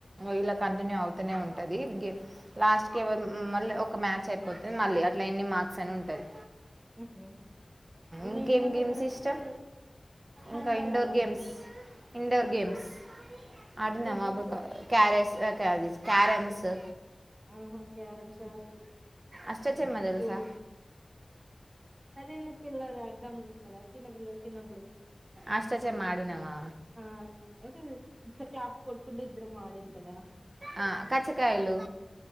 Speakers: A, on the right; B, on the right.
A: ఇలా కంటిన్యూ అవుతూనే ఉంటది. గే లాస్ట్ కేవర్ హు మళ్ళీ ఒక మ్యాచ్ అయిపోతే మళ్ళీ అట్లా ఎన్ని మార్క్స్ అని ఉంటది.
B: హుహు
A: ఇంకేం
B: నేను మళ్ళా
A: గేమ్స్
B: తరత్తు
A: ఇష్టం
B: హ్యాండ్బాల్
A: ఇంకా ఇండోర్
B: అడ్తాన్
A: గేమ్స్ ఇండోర్ గేమ్స్ అది నావబుక
B: గేమ్స్ అంటే
A: క్యారేస్ క్యావిస్ క్యారంసు
B: ఆహా క్యారామ్స్ రాదు.
A: అష్టచమ్మ
B: చేస్తతే
A: తెలుసా
B: అదే నీకు పిల్లదా ఆడదాం కదా చిన్నపిల్లలు చిన్నప్పుడు
A: అష్టచేమ ఆడినమా
B: ఆ <inaudible> ఇట్లా క్లాప్ కొట్టుకుంటూ ఇద్దరం ఆడేది కదా
A: ఆ కచ్చకాయలు